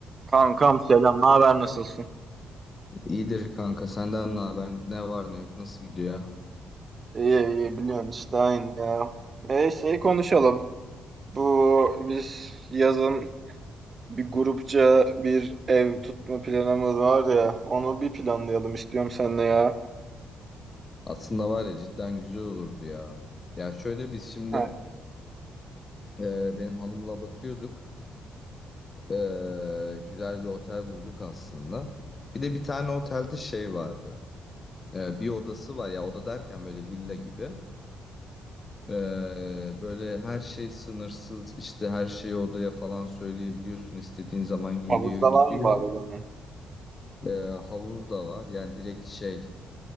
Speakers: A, on the right; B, on the left.
A: Kankam selam, ne haber nasılsın?
B: İyidir kanka senden ne haber ne var ne yok nasıl gidiyor?
A: İyi iyi biliyorsun işte aynı ya. E şeyi konuşalım. Bu biz yazın bir grupça bir ev tutma planımız var ya. Onu bir planlayalım istiyorum seninle ya.
B: Aslında var ya cidden güzel olurdu ya. Ya şöyle biz şimdi
A: Heh.
B: e, benim hanımla bakıyorduk. E, güzel bir otel bulduk aslında. Bir de bir tane otelde şey vardı. E, bir odası var ya oda derken böyle villa gibi. E, böyle her şey sınırsız işte her şeyi odaya falan söyleyebiliyorsun. İstediğin zaman geliyor
A: Havuzda
B: gidiyor.
A: var mı bari onun?
B: E, havuz da var yani direkt şey